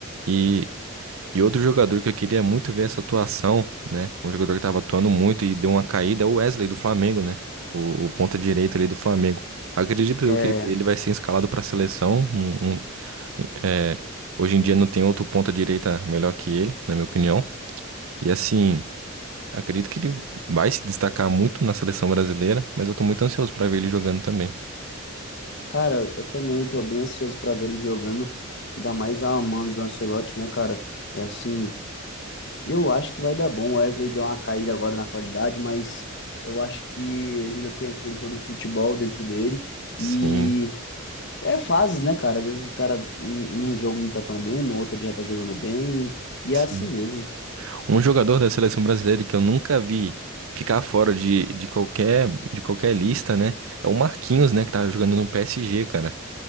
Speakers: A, on the right (about 70°); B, on the left (about 55°).
A: E, e outro jogador que eu queria muito ver essa atuação, né? Um jogador que tava atuando muito e deu uma caída é o Wesley do Flamengo, né? O, o ponta direita ali do Flamengo. Acredito
B: É,
A: eu que ele vai ser escalado pra seleção. um- um- é, hoje em dia não tem outro ponta direita melhor que ele, na minha opinião. E assim, acredito que ele vai se destacar muito na seleção brasileira, mas eu tô muito ansioso pra ver ele jogando também.
B: cara, eu também tô bem ansioso pra ver ele jogando, ainda mais a mano do Ancelotti, né, cara? E assim, eu acho que vai dar bom. O Wesley deu uma caída agora na qualidade, mas eu acho que ele ainda tem aquele todo futebol dentro dele.
A: Sim.
B: E É fases, né, cara? Às vezes o cara num num jogo não tá tão bem, no outro ele já tá jogando bem, e
A: Sim.
B: é assim mesmo.
A: Um jogador da seleção brasileira que eu nunca vi ficar fora de, de qualquer de qualquer lista, né? É o Marquinhos, né, que tá jogando no PSG, cara.